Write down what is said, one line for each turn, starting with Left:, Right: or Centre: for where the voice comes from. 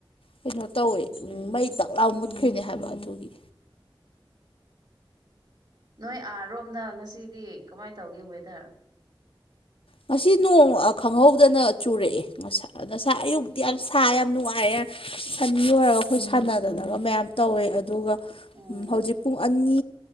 Left: ꯀꯩꯅꯣ ꯇꯧꯋꯦ
Right: ꯎꯝ
Left: ꯎ ꯃꯩ ꯇꯛꯂꯥꯎ ꯃꯨꯠꯈ꯭ꯔꯤꯅꯦ ꯍꯥꯏꯕ ꯑꯗꯨꯒꯤ
Right: ꯅꯣꯏ ꯑꯥꯔꯣꯝꯗ ꯉꯁꯤꯗꯤ ꯀꯃꯥꯏꯅ ꯇꯧꯒꯦ ꯋꯦꯗꯔ
Left: ꯉꯁꯤ ꯅꯣꯡ ꯈꯪꯍꯧꯗꯅ ꯆꯨꯔꯛꯑꯦ ꯁ ꯉꯁꯥ ꯑꯌꯨꯛꯇꯤ ꯌꯥꯝ ꯁꯥ ꯌꯥꯝ ꯅꯨꯡꯉꯥꯏꯌꯦ ꯁꯟꯅꯤ ꯑꯣꯏꯔꯒ ꯑꯩꯈꯣꯏ ꯁꯥꯟꯅꯗꯅꯒ ꯃꯌꯥꯝ ꯇꯧꯋꯦ ꯑꯗꯨꯒ
Right: ꯎꯝ
Left: ꯍꯧꯖꯤꯛ ꯄꯨꯡ ꯑꯅꯤ